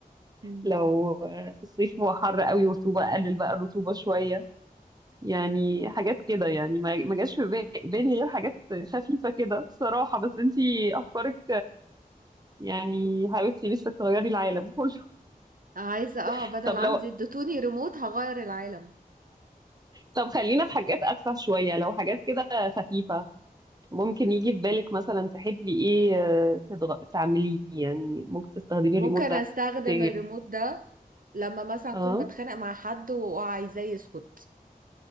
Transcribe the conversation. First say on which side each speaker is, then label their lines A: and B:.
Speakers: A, on the right; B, on the right.
A: مم.
B: لو في الصيف هو حر قوي ورطوبة قلل بقى الرطوبة شوية يعني حاجات كده يعني ما ما جاش في با- بالي غير حاجات خفيفة كده بصراحة بس انتي أفكارك يعني حاولتي لسه تغيري العالم كله
A: عايزة اه
B: <laughs>
A: بدل
B: طب
A: عندي
B: لو
A: اديتوني ريموت هغير العالم
B: طب خلينا في حاجات أتفه شوية لو حاجات كده خفيفة ممكن يجي في بالك مثلا تحبي ايه آه، تدغ... تعمليه يعني ممكن تستخدمي الريموت
A: ممكن
B: ده
A: استخدم
B: ت...
A: الريموت ده لما مثلا اكون
B: اه
A: بتخانق مع حد وعايزاه يسكت